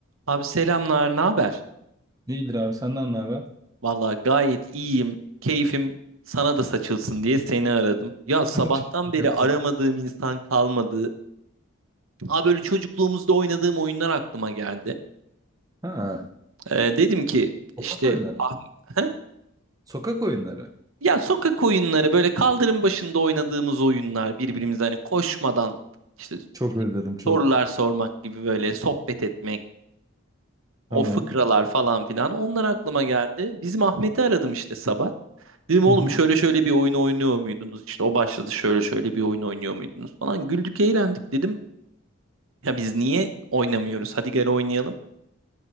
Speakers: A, on the right (about 75°); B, on the right (about 15°).
A: Abi selamlar, ne haber?
B: İyidir abi senden ne haber?
A: Vallahi gayet iyiyim. Keyfim sana da saçılsın diye seni aradım. Ya sabahtan
B: <laughs> Çok iyi
A: beri
B: yaptın.
A: aramadığım insan kalmadı. Aa böyle çocukluğumuzda oynadığım oyunlar aklıma geldi.
B: Ha,
A: Ee, dedim ki
B: sokak
A: işte
B: oyunları.
A: ah, he?
B: Sokak oyunları.
A: Ya sokak oyunları böyle kaldırım başında oynadığımız oyunlar birbirimize hani koşmadan işte
B: Çok
A: ne
B: özledim
A: bileyim,
B: çok.
A: sorular sormak gibi böyle sohbet etmek, o
B: Tamam.
A: fıkralar falan filan onlar aklıma geldi. Bizim Ahmet'i aradım işte sabah. Dedim oğlum
B: Hı hı.
A: şöyle şöyle bir oyun oynuyor muydunuz? İşte o başladı şöyle şöyle bir oyun oynuyor muydunuz falan. Güldük eğlendik dedim. Ya biz niye oynamıyoruz? Hadi gel oynayalım.